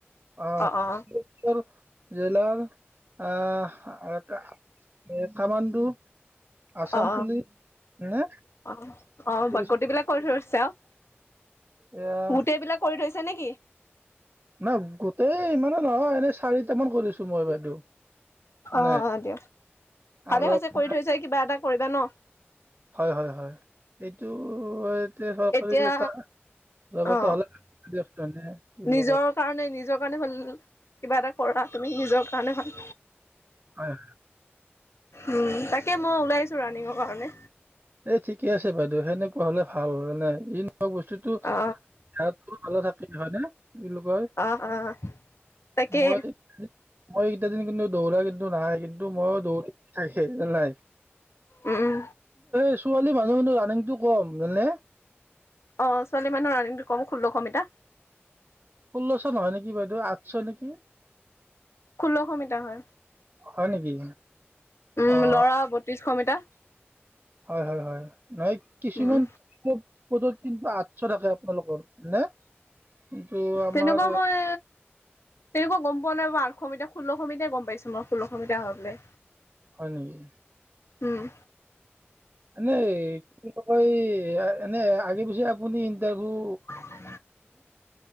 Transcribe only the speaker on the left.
অ অ
অ
অ অ অ
গোটেই বিলাক কৰি থৰিছে আৰু।
গোটেই বিলাক কৰি থৈছে ছে নেকি?
অ
অ দিয়া ভালে
হৈছে
কৰি থৈছে কিবা এটা কৰিবা ন।
এতিয়া
অ
নিজৰ
কাৰণে নিজৰ কাৰণে ভাল কিবা এটা কৰা তুমি নিজৰ কাৰণে ভাল।
উম তাকে মই ওলাই আছো ৰাণিঙৰ কাৰণে।
অ
অ অ তাকে
উম
অ ছোৱালী মানৰ ৰানিটো কম। ষোল্লশ মিটাৰ।
খোল্ল ক মিটাৰ হয়।
উম
লৰা বত্ৰিশশ মিটাৰ।
উম
তেনেকুৱা মই, তেনেকুৱা গম পোৱা নাই আঠশ মিটাৰ, ষোল্লশ মিটাৰ গম পাইছো মই। ষোল্লশ মিটাৰ হয় বোলে।
উম
মানে